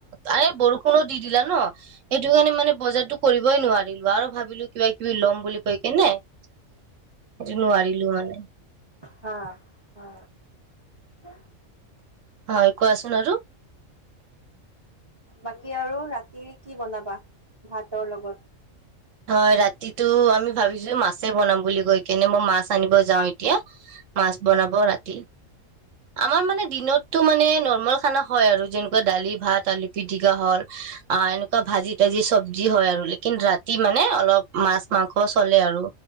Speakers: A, on the right; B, on the right.
A: অ বৰষুণো দি দিলে ন। সেইটো কাৰণে মানে বজাৰতো কৰিবই নোৱাৰোঁ। আৰু ভাবিলো। কিবা কিবি ল'ম বুলি কৈ কেনে সেইটো নোৱাৰিলো মানে।
B: হা উ। <inaudible>
A: হয় কোৱা চোন আৰু।
B: বাকী আৰু ৰাতি কি বনাবা ভাতৰ লগত?
A: হয় ৰাতিটো আমি ভাবিছো মাছে বনাম বুলি কৈ কেনে, মই মাছ আনিব যাওঁ এতিয়া। মাছ বনাব ৰাতি। আমাৰ মানে দিনতটো মানে নৰ্মেল খানা হয় আৰু। যেনেকুৱা দালি ভাত আলু পিটিকা হল, অ এনেকুৱা ভাজি তাজি চব্জি হয় আৰু। লকিন ৰাতি মানে অলপ মাছ মাংস চলে আৰু।